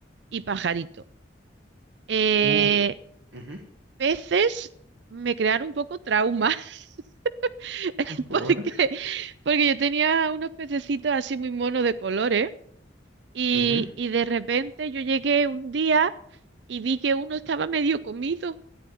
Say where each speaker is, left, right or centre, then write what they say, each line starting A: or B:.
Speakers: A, on the right; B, on the right.
A: y pajaritos. Eh,
B: Uh, ujú,
A: peces me crearon un poco trauma. <laughs> <laughs>
B: ¿Por?
A: Porque, porque yo tenía unos pececitos así muy monos de colores y,
B: Ujú.
A: y de repente yo llegué un día y vi que uno estaba medio comido.